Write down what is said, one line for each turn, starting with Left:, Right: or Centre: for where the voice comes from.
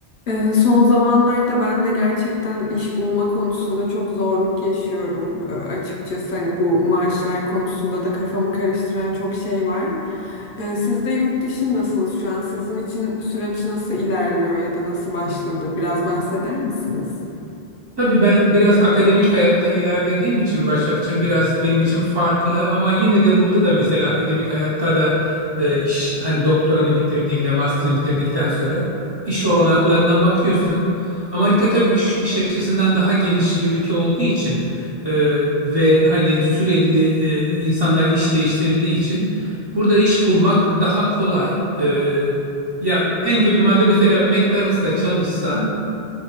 Left: Ee, Son zamanlarda ben de gerçekten iş bulma konusunda çok zorluk yaşıyorum. Ee, Açıkçası hani bu maaşlar konusunda da kafamı karıştıran çok şey var. Ee, Siz de yurt dışındasınız şu an. Sizin için süreç nasıl ilerliyor ya da nasıl başladı? Biraz bahseder misiniz?
Right: Tabii ben biraz akademik hayatta ilerlediğim için Başakçığım biraz benim için farklı ama yine de burada da mesela akademik hayatta da e, iş hani doktoranı bitirdiğinde master'ını bitirdikten sonra iş olanaklarına bakıyorsun. Amerika tabii iş, iş açısından daha geniş bir ülke olduğu için e, ve hani sürekli e, insanlar iş değiştirdiği için burada iş bulmak daha kolay. E, ya en kötü madde mesela McDonald's'ta çalışsan